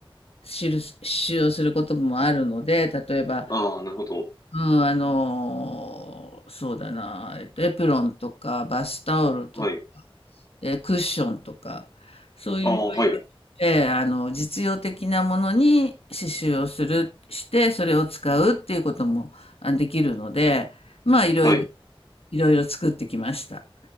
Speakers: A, on the left; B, on the left.
A: しる、刺繍をすることもあるので、例えば、
B: ああ、なるほど。
A: うん、あのーそうだな、えっと、エプロンとか、バスタオルとか、
B: はい。
A: えークッションとか、そういう、
B: ああ、はい。
A: えーあの、実用的なものに刺繍をする、して、それを使うっていうこともあできるので、まあ、いろいろ、
B: はい。
A: いろいろ作ってきました。